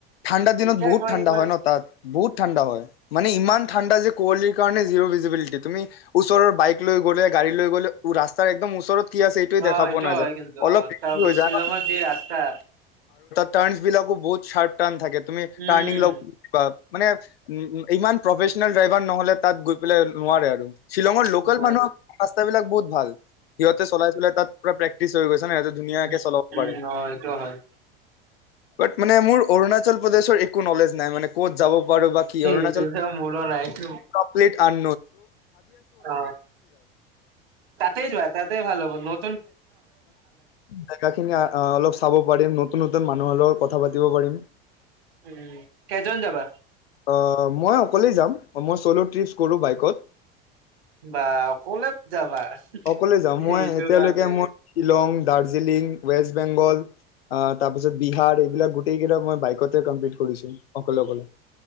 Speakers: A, on the left; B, on the right.
A: ঠাণ্ডা দিনত
B: এতিয়া
A: বহুত
B: গৈ
A: ঠাণ্ডা
B: ইমান
A: হয় ন তাত বহুত ঠাণ্ডা হয় মানে ইমান ঠাণ্ডা যে কুৱলি কাৰণে জিৰো ভিজিবিলিটি তুমি ওচৰৰ বাইক লৈ গ'লে গাড়ী লৈ গ'লে ৰাস্তাৰ একদম ওচৰত কি আছে এইটোৱে দেখা
B: অ এইটো
A: পোৱা নাযায়
B: হয় কিন্তু
A: অলপ
B: আহ
A: ৰিস্কি
B: তাৰপৰ
A: হৈ যায়
B: শ্বিলঙৰ যি ৰাস্তা
A: <unintelligible> বিলাক বহুত চাৰ থাকে তুমি
B: উম
A: টাৰ্নিং ল লগা মানে উ ইমান প্ৰফেচনেল ড্ৰাইভাৰ নহলে তাত গৈ পেলাই নোৱাৰে আৰু শ্বিলঙৰ লোকেল
B: নোৱাৰি।
A: মানুহ বিলাক বহুত ভাল সিহঁতে চলাই চাই তাত প্ৰেক্টিচ হৈ গৈছে ন সিহঁতে ধুনীয়াকে
B: উ
A: চলাব পাৰে
B: উম অ এইটোও হয়
A: বাট মানে মোৰ অৰুণাচল প্ৰদেশৰ একো নলেজ নাই মান ক'ত যাব পাৰো বা কি অৰুণাচল
B: এইটোতো মোৰো নাই এইটো
A: কমপ্লিট আন
B: অ তাতেই যোৱা তাতেই ভাল হ'ব নত
A: জেগা খিনি অলপ চাব পাৰিম নতুন নতুন মানুহৰ লগত কথা পাতি পাৰিম
B: উম কেইজন যাবা
A: অ মই অকলেই যাম মই চ'ল' ট্ৰিপছ কৰোঁ বাইকত
B: বা অকলে যাবা?
A: সকলে যাম মই
B: সেইটো
A: এতিয়ালৈকে
B: কাৰণে
A: মই শ্বিলং, দাৰ্জিলিং ৱেষ্ট গ তাৰপিছত বিহাৰ এইবিলাক গোটেইেই মই বাইকতে কম্লিট কৰিছো অকলে অকলে